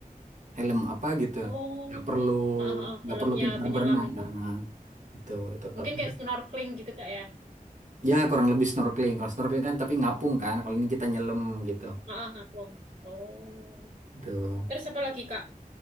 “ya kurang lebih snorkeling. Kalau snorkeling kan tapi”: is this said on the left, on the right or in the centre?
Right